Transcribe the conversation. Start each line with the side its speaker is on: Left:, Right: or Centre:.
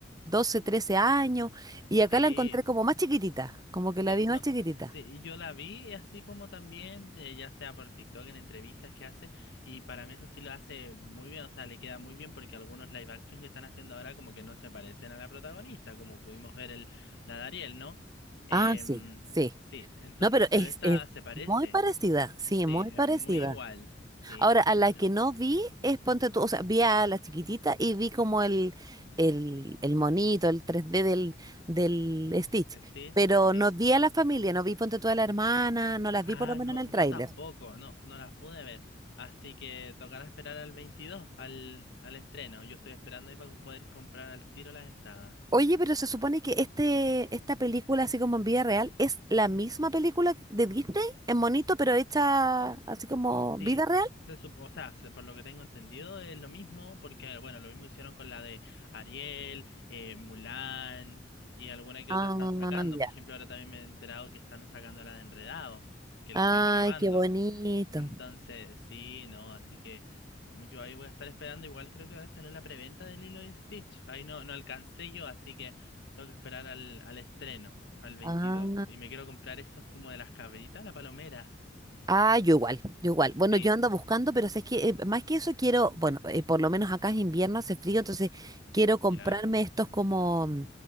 Right: 12 13 años, y acá
Left: sí.
Right: la encontré como más chiquitita, como que
Left: Sí,
Right: la vi más
Left: no,
Right: chiquitita.
Left: sí, y yo la vi así como también, eh, ya sea por TikTok, en entrevistas que hace, y para mí eso sí lo hace muy bien, o sea, le queda muy bien porque algunos live action que están haciendo ahora como que no se parecen a la protagonista, como pudimos ver el, la de Ariel, ¿no? Em,
Right: Ah, sí, sí.
Left: sí, entonces,
Right: No, pero es,
Left: pero esta
Right: es
Left: se parece,
Right: muy parecida, sí,
Left: sí,
Right: muy
Left: es
Right: parecida.
Left: muy igual, sí,
Right: Ahora, a la
Left: no,
Right: que no vi es Ponte tú, o sea, vi a la chiquitita y vi como el, el, el monito, el 3D del, del Stitch,
Left: Stitch,
Right: pero
Left: sí.
Right: no vi a la familia, no vi Ponte tú a la hermana, no las vi
Left: Ah,
Right: por lo menos
Left: no,
Right: en el
Left: yo
Right: tráiler.
Left: tampoco, no, no las pude ver. Así que tocará esperar al 22, al, al estreno. Yo estoy esperando ahí para poder comprar al tiro las entradas.
Right: Oye, pero se supone que este, esta película, así como en vida real, es la misma película de Disney en monito, pero hecha así como
Left: Sí,
Right: vida real.
Left: se supo, o sea, se- por lo que tengo entendido es lo mismo, porque, bueno, lo mismo hicieron con la de Ariel, eh, Mulan y alguna que
Right: Ah,
Left: otra están sacando.
Right: ya.
Left: Por ejemplo, ahora también me he enterado que están sacando la de Enredados, que
Right: Ay,
Left: la están grabando.
Right: qué bonito.
Left: Entonces, sí, no, así que yo ahí voy a estar esperando. Igual creo que ahora salió la preventa de Lilo y Stitch. Ahí no, no alcancé yo, así que tengo que esperar al, al estreno, al 22.
Right: Ah.
Left: Y me quiero comprar esos como de las cabritas, la palomera.
Right: Ah, yo igual, yo igual. Bueno,
Left: Sí,
Right: yo ando buscando, pero es que eh, más que eso quiero, bueno, eh, por lo menos acá es invierno, hace frío, entonces quiero comprarme
Left: ¿ya?
Right: estos como, mm,